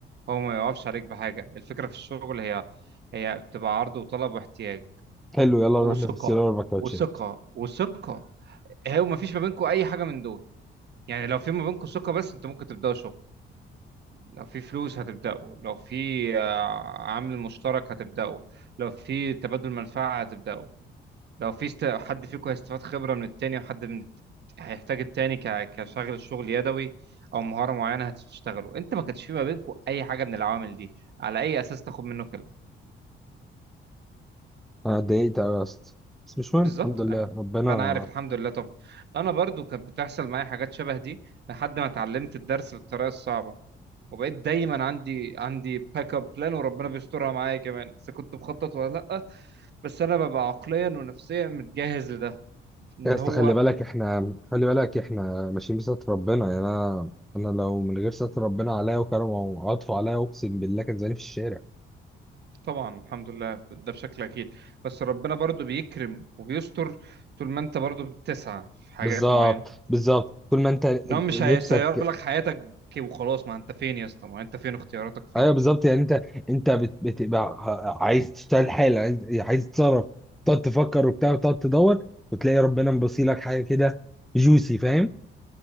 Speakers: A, on the right; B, in the centre.
A: هو ما يقفش عليك بحاجة الفكرة في الشغل هي هي بتبقى عرض وطلب واحتياج
B: حلو يلا
A: وثقة
B: نروح نفصل اربع كاوتشات
A: وثقة وثقة هو ما فيش ما بينكم اي حاجة من دول يعني لو في ما بينكم ثقة بس انتوا ممكن تبدأوا شغل لو في فلوس هتبدأوا لو في آه، عامل مشترك هتبدأوا لو في تبادل منفعة هتبدأوا لو في است... حد فيكم هيستفاد خبرة من التاني وحد من الت- هيحتاج التاني ك... كشغل الشغل يدوي أو مهارة معينة هتشتغلوا أنت ما كانش في ما بينكم أي حاجة من العوامل دي على أي أساس تاخد منه كلمة
B: انا اتضايقت أوي يا اسطى بس مش مهم
A: بالظبط
B: الحمد لله
A: آه.
B: ربنا
A: ما أنا عارف الحمد لله طب أنا برضو كانت بتحصل معايا حاجات شبه دي لحد ما اتعلمت الدرس بالطريقة الصعبة وبقيت دايما عندي عندي باك اب بلان وربنا بيسترها معايا كمان إذا كنت مخطط ولا لأ بس أنا ببقى عقليا ونفسيا متجهز لده إن
B: يا اسطى
A: هو
B: خلي بالك احنا خلي بالك احنا ماشيين بستر ربنا يعني انا انا لو من غير ستر ربنا عليا وكرمه وعطفه عليا اقسم بالله كان زماني في الشارع
A: طبعا الحمد لله ده بشكل اكيد بس ربنا برضو بيكرم وبيستر طول ما انت برضو بتسعى في حاجات
B: بالظبط
A: معينه
B: بالظبط طول ما انت
A: ان هو مش
B: نفسك
A: هيسير لك حياتك كي وخلاص ما انت فين يا اسطى ما انت فين اختياراتك فين
B: ايوه بالظبط يعني انت انت بت- بتبقى عايز تشتغل حالا عايز عايز تتصرف تقعد تفكر وبتاع وتقعد تدور وتلاقي ربنا مبصيلك حاجه كده جوسي فاهم